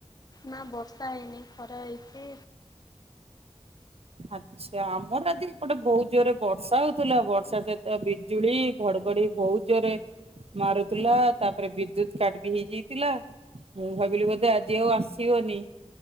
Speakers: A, on the left; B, on the right.
A: ନା ବର୍ଷା ହେଇନି ଖରା ହେଇଛି।
B: ଆଚ୍ଛା ଆମର ଆଜି ଏପଟେ ବହୁତ ଜୋରରେ ବର୍ଷା ହଉଥିଲା ବର୍ଷା ସହିତ ବିଜୁଳି। ଘଡଗଡି ବହୁତ ଜୋରେ ମାରୁଥିଲା ତାପରେ ବିଦ୍ୟୁତ କାଟ ବି ହେଇଯାଇଥିଲା। ମୁଁ ଭାବିଲି ବୋଧେ ଆଜି ଆଉ ଆସିବନି।